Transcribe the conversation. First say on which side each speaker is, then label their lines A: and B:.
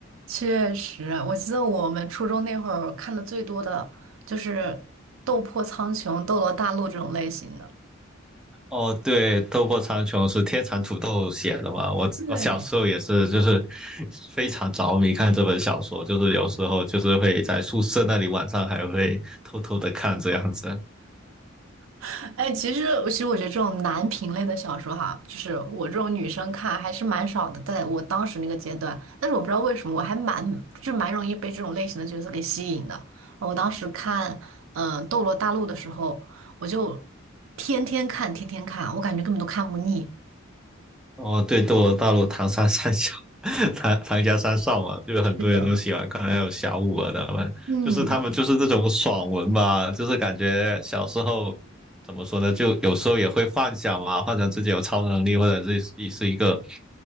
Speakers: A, on the right; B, in the centre.
A: 确实，我记得我们初中那会儿看的最多的就是《斗破苍穹》《斗罗大陆》这种类型的。
B: 哦，对，《斗破苍穹》是天蚕土豆写的嘛？我我小时候也是，
A: 对，
B: 就是非常着迷看这本小说，就是有时候就是会在宿舍那里晚上还会偷偷的看这样子。
A: <laughs> 哎，其实其实我觉得这种男频类的小说哈，就是我这种女生看还是蛮少的，在我当时那个阶段。但是我不知道为什么，我还蛮就蛮容易被这种类型的角色给吸引的。我当时看嗯、呃斗罗大陆》的时候，我就天天看，天天看，我感觉根本都看不腻。
B: 哦，对，斗罗大陆唐三三小，<laughs> 唐唐家三少嘛，就很多人都喜欢看，
A: 是的。
B: 还有小五啊，他们就是他们就是这种爽文吧，
A: 嗯
B: 就是感觉小时候怎么说呢，就有时候也会幻想嘛，幻想自己有超能力，或者是自己是一个